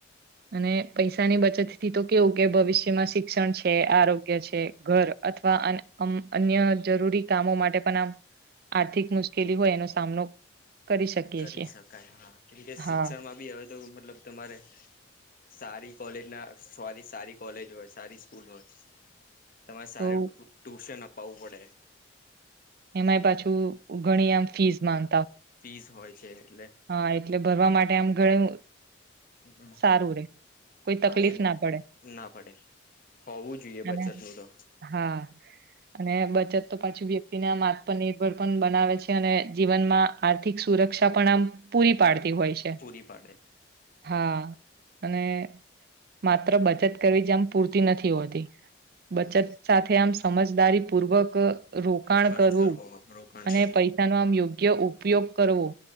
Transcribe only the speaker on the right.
અને પૈસાની બચત થી તો કેવું કે ભવિષ્ યમાં શિક્ષણ છે, આરોગ્ય છે, ઘર અથવા અન અમ્મ અન્ય જરૂરી કામો માટે પણ આમ આર્થિક મુશ્કેલી હોય એનો સામનો કરી શકીએ
છીએ
હા
તો
એમાય પાછું ઘણી આમ ફીઝ માંગ
હા, એટલે ભરવા માટે આમ ઘણુ
સારું રે, કોઈ તકલીફ
ના પડે.
અને
હા, અને બચત તો પાછું બી તેને આમ આત્મનિર્ભર પણ બનાવે છે અને જીવનમાં આર્થિક સુરક્ષા પણ આમ પૂરી પાડ તી હોય છે.
હા અને માત્ર બચત કરવી જ આમ પૂરતી નથી હોતી. બચત
સાથે આમ સમજદારી પૂર્વક રોકાણ
કરવું
અને
પૈસા નુ આમ યોગ્ય ઉપયોગ કરવો